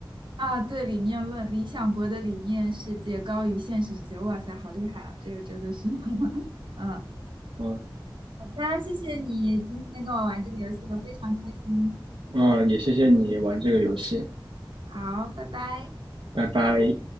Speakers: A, on the right; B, on the right.
A: 啊，对，理念论，理想国的理念世界高于现实世界。哇塞，好厉害啊！这个真的是，<laughs> 嗯，
B: 嗯
A: 好的，谢谢你今天跟我玩这个游戏，我非常开心。
B: 嗯，也谢谢你玩这个游戏，
A: 好，拜拜。
B: 拜拜。